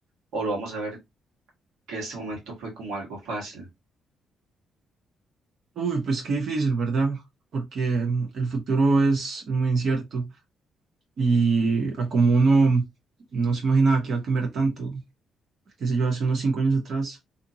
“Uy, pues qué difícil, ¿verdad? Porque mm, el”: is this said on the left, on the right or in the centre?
Right